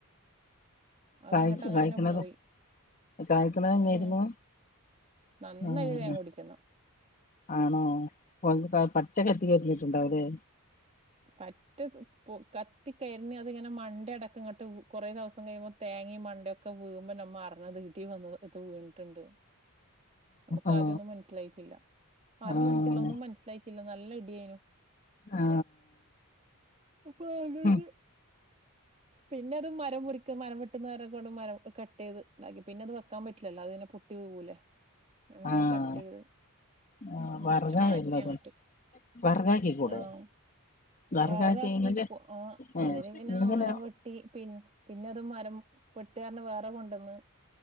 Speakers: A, on the right (about 30°); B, on the left (about 35°).
A: അതങ്ങട്ട്
B: കായിക്
A: അങ്ങനെ
B: കായിക്ണതൊ
A: പോയി
B: കായ്ക്ണെന്നെയ്രുന്നു
A: ഉം നന്നായി
B: അഹ്
A: തേൻ കുടിക്കുന്ന
B: ആണോ പൊ <unintelligible> പച്ചന്നെ അത്തി കര്ഞ്ഞിട്ടുണ്ടാവ് ലെ
A: പറ്റ്ത് പൊ കത്തി കരിഞത് ങ്ങനെ മണ്ട അടക്ക ഇങ്ങോട്ട് കുറെ ദിവസം കഴിയുമ്പോ തേങ്ങി മണ്ടൊക്കെ വീമ്പോ നമ്മൾ അർണത് ഇടി വന്ന ഇത് വീണിട്ടുണ്ട് നമുക്ക്
B: ആഹ്
A: ആദ്യംൊന്നും മനസ്സിലായിട്ടില്ല ആദ്യം
B: ആഹ്
A: കണിട്ടില്ലൊന്നും മനസ്സിലായി ല്ല നല്ല ഇടിയായിനു
B: ആ
A: അപ്പൊ ആകട്ട
B: ഉം
A: പിന്നെ അത് മരം മുറിക്ക മരം വെ ട്ടുന്നേര കൊണ്ട് മരം ഹ് കട്ടയ്ത് താക്കി പിന്നെ അത് വെക്കാൻ പറ്റില്ലല്ലോ അതിനെ പൊട്ടി വികൂലേ അങ്ങനെത്
B: ആഹ്
A: കട്ടെയ്ത്
B: ആഹ്
A: മുറിച്ച്
B: വറകായല്ലോ
A: മാറ്റി
B: അത്
A: അങ്ങട്ട്
B: വറകാക്കി കൂടെ
A: ആഒ
B: വറകാക്കി
A: വെറകാക്കി
B: ഇങ്ങക്ക്
A: പൊ ആ
B: ഏഹ്
A: അതിന് പിന്നെ
B: ഇങ്ങക്കെന്നാ
A: ആ മരം വെട്ടി പി പിന്നെ തത് മരം പെട്ടാര്നെ വേറെ കൊണ്ടോന്ന്